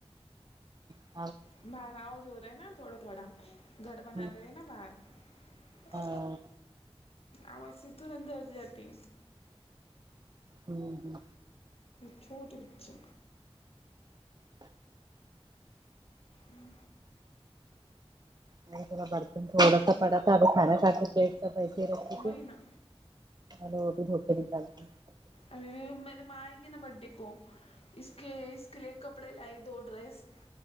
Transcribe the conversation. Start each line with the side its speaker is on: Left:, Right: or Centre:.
Right: ہوں
Left: براوج ہو رہا ہے نا تھوڑا تھوڑا گھر
Right: ہے
Left: بنا دے نا باہر ہا
Right: ہاں
Left: آواز سیدھی اندر جاتی
Right: ہوں ہوں
Left: چھوٹے بچے ہوں
Right: نہیں تھوڑا برتن تھوڑا سا پڑا تھا ابھی کھانا کھا کے پیٹ سفیسے ہی رکھی
Left: وہی
Right: تھی
Left: نا
Right: وہ بھی دھوکے نکالتی
Left: اب میرے ماں گی نا برڈے کو اس کے اس کے لیے کپڑے لائی دو ڈریس